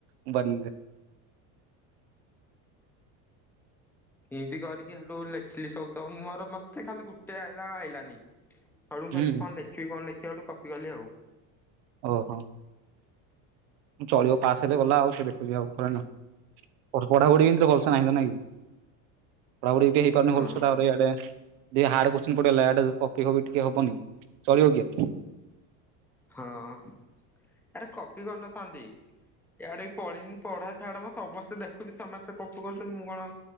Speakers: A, on the right; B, in the centre.
A: ମୋବାଇଲରେ
B: ଏମତି କରିକି ସେଠୁ ଲେଖିଲି ସବୁ ତ ମୋର ମତେ ଖାଲି ଗୋଟେ ଆଇଲା ଆଉ ଆଇଲାନି ହେଠୁ
A: ହୁଁ
B: କହିଲି କଣ ଲେଖିବି ଲେଖିବି ସେଠୁ କଫି କଲି ଆଉ
A: ଓହୋ। ଚଳିବ ପାସ୍ ହେଲେ ଗଲା ଆଉ କି ଦେଖୁଛିି ଆଉ କଣ ନା ପଢାପଢି ହିନ୍ତି ଭଲସା ନାହିଁ ତ ନାଇଁ କି ପଢାପଢି ହେଇପାରୁନି
B: ହଁ
A: ଭଲସେଆଡେ। ସେ ହାର୍ଡ କୋଶ୍ଚିନ୍ ପଡିଗଲା ଏଇଟା କପି ଫପି ଟିକେ ହବନି ଚଳିବ କି ଆଉ
B: ହଁ ଆରେ କପି କରିନଥାନ୍ତି ଇଆଡେ ବି ପଢିନି ପଢା ଛାଡ ମ ସମସ୍ତେ ଦେଖୁଛି ସମସ୍ତେ କପି କରୁଛନ୍ତି। ମୁଁ କଣ?